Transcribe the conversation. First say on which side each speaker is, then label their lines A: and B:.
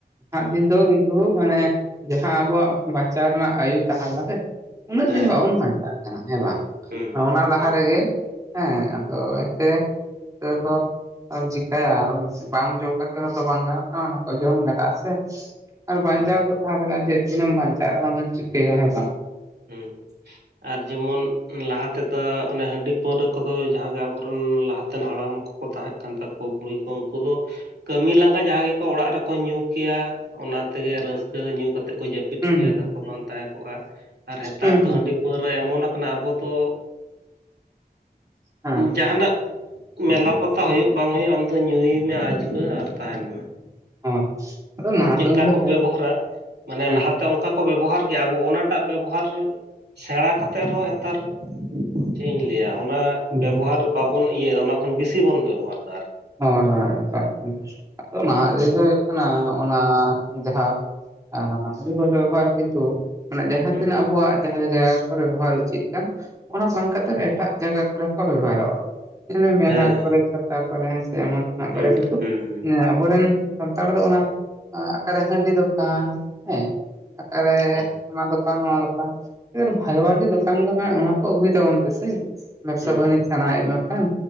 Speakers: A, on the right (about 20°); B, on the right (about 85°).
A: ᱱᱟᱦᱟᱜ
B: ᱦᱩᱸ
A: ᱫᱤᱱ ᱫᱚ᱾ ᱛᱳ ᱢᱟᱱᱮ ᱡᱟᱦᱟᱸ ᱟᱵᱚᱣᱟᱜ ᱵᱟᱧᱪᱟᱣ ᱨᱮᱱᱟᱜ ᱟᱭᱩ ᱛᱟᱦᱮᱸ ᱞᱮᱱᱟ ᱥᱮ ᱩᱱᱟᱹᱜ
B: ᱦᱮᱸ
A: ᱫᱤᱱ ᱵᱟᱵᱚᱱ ᱵᱟᱧᱪᱟᱜᱼᱟ᱾ ᱦᱮᱸ ᱵᱟᱝ
B: ᱦᱩᱸ
A: ᱚᱱᱟ ᱞᱟᱦᱟ
B: ᱦᱩᱸ
A: ᱨᱮᱜᱮ ᱦᱮᱸ ᱟᱫᱚ
B: ᱦᱩᱸ
A: ᱮᱱᱛᱮ᱾ ᱚ ᱦᱚᱸ <unintelligible> ᱟᱫᱚᱢ ᱪᱮᱤᱠᱟᱹᱭᱟ ᱵᱟᱢ ᱡᱚ ᱠᱟᱛᱮ ᱦᱚᱸᱛᱚ ᱵᱟᱝ ᱜᱟᱱᱚᱜ ᱠᱟᱱᱟ ᱚᱱᱟ ᱠᱚ ᱡᱚᱢ ᱞᱟᱜᱟᱜᱼᱟ ᱥᱮ᱾ ᱟᱨ ᱵᱟᱧᱪᱟᱣ
B: ᱦᱮᱸ
A: ᱛᱚ ᱛᱟᱣ ᱦᱚᱲᱟᱜ ᱡᱮ ᱛᱤᱱᱟᱹᱢ ᱵᱟᱧᱪᱟᱜᱟ ᱦᱚᱲᱫᱚᱢ ᱪᱤᱠᱟᱹᱭᱟ ᱦᱮᱸ ᱵᱟᱝ
B: ᱦᱮᱸ ᱟᱨ ᱡᱮᱢᱚᱱ ᱞᱟᱦᱟ ᱛᱮᱫᱚ ᱚᱱᱮ ᱦᱟᱺᱰᱤ ᱯᱟᱹᱣᱨᱟᱹ ᱠᱚᱫᱚ ᱡᱟᱦᱟᱸᱜᱮ ᱟᱵᱚᱨᱮᱱ ᱞᱟᱦᱟᱛᱮᱱ ᱦᱟᱲᱟᱢ᱾ ᱠᱚ ᱛᱟᱦᱮᱸᱜ ᱠᱟᱱ ᱛᱟᱠᱚ ᱵᱩᱲᱦᱤ ᱠᱚ ᱩᱱᱠᱩ ᱫᱚ᱾ ᱠᱟᱹᱢᱤ ᱞᱟᱸᱜᱟ ᱡᱟᱦᱟᱸ ᱜᱮᱠᱚ ᱚᱲᱟᱜ ᱨᱮᱠᱚ ᱧᱩ ᱠᱮᱭᱟ, ᱚᱱᱟᱛᱮᱜᱮ ᱨᱟᱹᱥᱠᱟᱹ ᱧᱩ ᱠᱟᱛᱮᱜ ᱠᱚ ᱡᱟᱹᱯᱤᱫ᱾ ᱯᱤᱫ
A: ᱦᱩᱸ
B: ᱠᱮᱭᱟ
A: ᱦᱩᱸ
B: ᱫᱟᱠᱚ ᱵᱟᱝ ᱛᱟᱦᱮᱸ ᱠᱚᱜᱼᱟ ᱟᱨ ᱦᱮᱸᱮᱛᱟᱨ
A: ᱦᱩᱸ
B: ᱫᱚ
A: ᱦᱩᱸ
B: ᱦᱟᱺᱰᱤ ᱯᱟᱹᱣᱨᱟᱹ ᱮᱢᱚᱱ ᱠᱟᱱᱟ ᱟᱵᱚ ᱫᱚ
A: ᱦᱮᱸ
B: ᱡᱟᱦᱟᱱᱟᱜ ᱢᱮᱞᱟ ᱯᱟᱛᱟ ᱦᱳᱭᱳᱜ ᱵᱟᱝ ᱦᱳᱭᱳᱜ ᱟᱢ ᱫᱚ ᱧᱩᱭ ᱢᱮ ᱟᱸᱡᱷᱩᱲᱟᱹ ᱟᱨ ᱛᱟᱦᱮᱸᱱ ᱢᱮ᱾
A: ᱦᱳᱭ
B: ᱟᱫᱚ
A: ᱱᱟᱦᱟᱜ
B: ᱪᱮᱫᱠᱟ
A: ᱫᱚ ᱜᱚᱝᱠᱮ
B: ᱠᱚ
A: ᱥᱟᱹᱨᱤ
B: ᱵᱮᱵᱚᱦᱟᱨᱟ ᱢᱟᱱᱮ
A: ᱦᱮᱸ
B: ᱞᱟᱦᱟ ᱛᱮ ᱚᱱᱠᱟ ᱠᱚ ᱵᱮᱵᱚᱦᱟᱨ ᱜᱮᱭᱟ ᱟᱵᱚ ᱚᱱᱟᱴᱟᱜ ᱵᱮᱵᱚᱦᱟᱨ ᱥᱮᱬᱟ ᱠᱟᱛᱮᱜ ᱨᱮᱦᱚᱸ ᱦᱮᱸᱛᱟᱨ ᱪᱮᱫ ᱤᱧ ᱞᱟᱹᱭᱟ ᱚᱱᱟ
A: ᱦᱩᱸ
B: ᱵᱮᱵᱚᱦᱟᱨ᱾ ᱵᱟᱵᱚᱱ ᱤᱭᱟᱹᱭᱫᱟ ᱚᱱᱟ ᱠᱷᱚᱱ ᱵᱮᱥᱤ ᱵᱚᱱ ᱵᱮᱵᱚᱦᱟᱨ ᱫᱟ, ᱟᱨ
A: ᱦᱳᱭ ᱦᱳᱭ ᱟᱫᱚ
B: ᱦᱩᱸ
A: ᱱᱟᱦᱟᱜ ᱫᱤᱱ ᱫᱚ ᱠᱟᱱᱟ ᱚᱱᱟ ᱡᱟᱦᱟᱸ ᱦᱟᱺᱰᱤ ᱯᱟᱹᱣᱨᱟᱹ ᱵᱮᱵᱚᱦᱟᱨ ᱠᱤᱱᱛᱩ ᱢᱟᱱᱮ ᱡᱟᱦᱟᱸ
B: ᱦᱩᱸ
A: ᱛᱤᱱᱟᱹᱜ ᱟᱵᱚᱣᱟᱜ ᱡᱟᱦᱟᱸ ᱡᱟᱭᱜᱟ ᱠᱚᱨᱮ ᱵᱮᱵᱚᱦᱟᱨ ᱩᱪᱤᱛ ᱠᱟᱱ, ᱚᱱᱟ ᱵᱟᱝ ᱠᱟᱛᱮ ᱨᱮᱦᱚ ᱮᱴᱟᱜ ᱡᱟᱭᱜᱟ ᱠᱚᱨᱮ ᱠᱚ ᱵᱮᱵᱚᱦᱟᱨᱚᱜᱼᱟ᱾ ᱢᱮᱞᱟ
B: ᱦᱮᱸ
A: ᱠᱚᱨᱮ ᱪᱷᱟᱛᱟ ᱠᱚᱨᱮ ᱦᱮᱸ ᱥᱮ ᱮᱢᱚᱱ ᱛᱮᱢᱟᱱᱜ
B: ᱦᱩᱸ
A: ᱠᱚᱨᱮ ᱠᱤᱱᱛᱩ
B: ᱦᱩᱸ ᱦᱩᱸ
A: ᱟᱵᱚᱨᱮᱱ ᱥᱟᱱᱛᱟᱲ ᱫᱚ ᱚᱱᱟ ᱟᱠᱟᱨᱮ ᱦᱟᱺᱰᱤ ᱫᱚᱠᱟᱱ ᱦᱮᱸ ᱟᱠᱟᱨᱮ
B: ᱦᱮᱸ
A: ᱚᱱᱟ ᱫᱚᱠᱟᱱ ᱱᱚᱣᱟ ᱫᱚᱠᱟᱱ ᱵᱷᱟᱜᱤ ᱵᱷᱟᱜᱤ ᱫᱚᱠᱟᱱ ᱠᱚ ᱢᱮᱱᱟᱜ ᱚᱱᱟ ᱠᱚ ᱟᱹᱜᱩᱭ ᱛᱟᱵᱚᱱ ᱯᱮᱥᱮ᱾ ᱵᱮᱵᱽᱥᱟ
B: ᱦᱩᱸ
A: ᱵᱟᱹᱱᱤᱡᱽ ᱥᱟᱱᱟᱭᱮᱫ ᱢᱮ ᱠᱦᱟᱱ